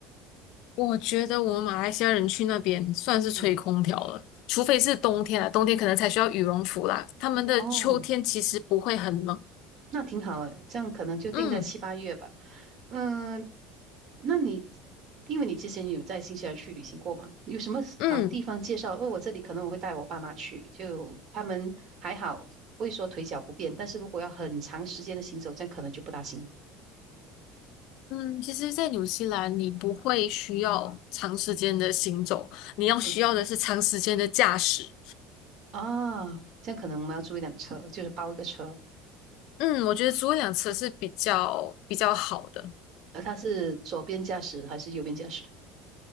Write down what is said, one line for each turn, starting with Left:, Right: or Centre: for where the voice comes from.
Left: 我觉得我们马来西亚人去那边算是吹空调了，
Right: 嗯，
Left: 除非是冬天啊，冬天可能才需要羽绒服啦。他们的秋天其实不会很冷。
Right: 哦，那挺好诶，这样可能就定在七八月吧。
Left: 嗯
Right: 嗯，那你因为你之前有在新西兰去旅行过吗？有什么好地方介绍？
Left: 嗯
Right: 哦，我这里可能我会带我爸妈去，就他们还好，不会说腿脚不便，但是如果要很长时间的行走，这样可能就不大行。
Left: 嗯，其实，在纽西兰你不会需要长时间的行走，你要需要的是长时间的驾驶。
Right: 嗯啊，这样可能我们要租一辆车，就是包一个车，
Left: 嗯，我觉得租一辆车是比较比较好的，
Right: 呃，他是左边驾驶还是右边驾驶？